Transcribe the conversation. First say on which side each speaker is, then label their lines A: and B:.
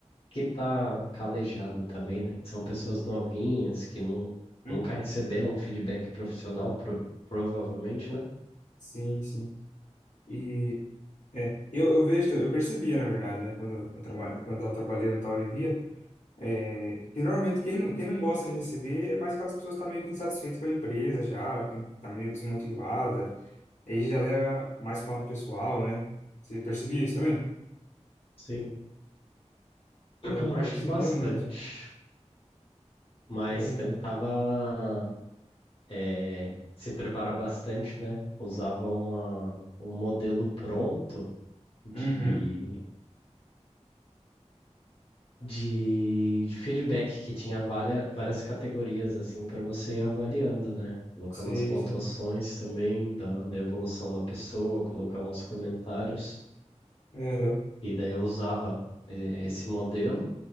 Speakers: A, on the left; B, on the left.
A: que tá calejado também, né? Que são pessoas novinhas que não,
B: Uhum.
A: nunca receberam feedback profissional, pro- provavelmente, né?
B: Sim, sim. E é, eu, eu vejo, também- eu percebia, na verdade, né, quando eu, traba, quando eu tava trabalhando e tal e via, é, que normalmente quem não, quem não gosta de receber é mais aquelas pessoas que estão meio que insatisfeitas com a empresa já, que tá meio desmotivada, aí já leva mais pro lado pessoal, né? Você percebia isso também?
A: Sim.
B: É,
A: <clears throat>
B: eu percebia
A: Acho que bastante,
B: muito.
A: mas
B: Aham.
A: tentava eh, se preparar bastante, né? Usava uma, um modelo pronto de
B: Uhum.
A: de, de feedback que tinha vália- várias categorias assim para você ir avaliando, né? Colocar
B: Sim,
A: nas pontuações
B: sim.
A: também da, da evolução da pessoa, colocar uns comentários.
B: Aham.
A: E daí eu usava eh, esse modelo